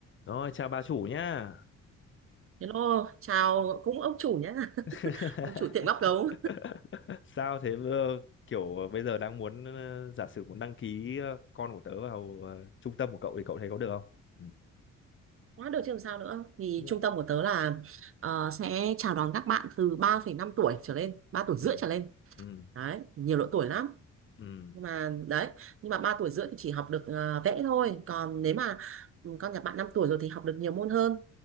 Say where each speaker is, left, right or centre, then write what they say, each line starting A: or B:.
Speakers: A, on the left (about 40°); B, on the right (about 45°).
A: Rồi, chào bà chủ nhá.
B: Hello, chào cũng ông chủ nhé
A: <laughs>
B: <laughs> ông chủ tiệm bắp gấu
A: Sao thế ờ, kiểu ờ, bây giờ đang muốn ờ, giả sử muốn đăng ký ờ, con của tớ vào ờ, trung tâm của cậu thì cậu thấy có được không? Ừ.
B: quá được chứ làm sao nữa thì
A: Cũng-
B: trung tâm của tớ là ờ, sẽ chào đón các bạn từ ba phẩy năm tuổi trở lên ba tuổi
A: Ừ.
B: rưỡi trở lên
A: Ừ.
B: đấy nhiều độ tuổi lắm
A: Ừ.
B: nhưng mà đấy nhưng mà 3 tuổi rưỡi thì chỉ học được ờ, vẽ thôi còn nếu mà ừ, con nhà bạn 5 tuổi rồi thì học được nhiều môn hơn